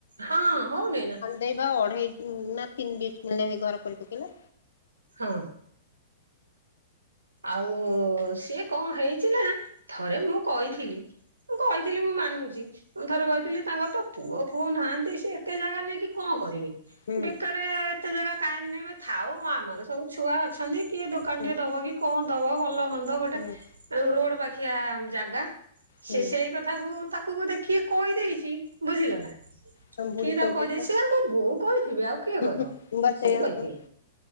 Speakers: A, on the right (about 80°); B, on the left (about 70°).
A: ହଁ, ହଉନେଇନା?
B: ଦେଇବା, ଅଢେଇ ନା ତିନି ଡ଼ିସିମିଲରେ ହେଇ ଘର କରି ପକେଇଲା।
A: ହଁ। ଆଉ ସିଏ କଣ ହେଇଛି ନା, ଥରେ ମୁଁ କଇଥିଲି ମୁଁ କହିଥିଲି, ମୁଁ ମାନୁଚି। ମୁଁ ଥରେ କହିଥିଲି, ତାଙ୍କର ତ ପୁଅ ଫୁଅ ନାହାନ୍ତି, ସେ ଏତେ ଜାଗା ନେଇକି କଣ କରିବେ?
B: ହୁଁ
A: ବେକାରେ ଏତେ ଜାଗା କାହିଁକି ନେବେ, ଥାଉ ଆମର ସବୁ ଛୁଆ ଅଛନ୍ତି। କିଏ ଦୋକାନ
B: ହୁଁ
A: ଟେ ଦବ କି, କଣ ଦବ, ଭଲ ମନ୍ଦ ଗୋଟେ
B: ହୁଁ
A: ରୋଡ ପାଖିଆ ଜାଗା? ସେ
B: ହୁଁ
A: ସେଇ କଥାକୁ, ତାକୁ ବୋଧେ କିଏ କହିଦେଇଚି, ବୁଝିଲ ନା? କିଏ
B: ତମ ବୁଢୀ
A: ତ
B: କହିଦେଇଥିବ
A: କହିଦେଇ, ସ ମୋ ବୋଉ କହିଥିବେ ଆଉ କିଏ
B: ହୁଁ
A: କହିବ?
B: ହୁଁ ମୁଁ ବା
A: ସେଇ
B: ସେଇଆ
A: କହିଥିବେ,
B: କହୁଚି।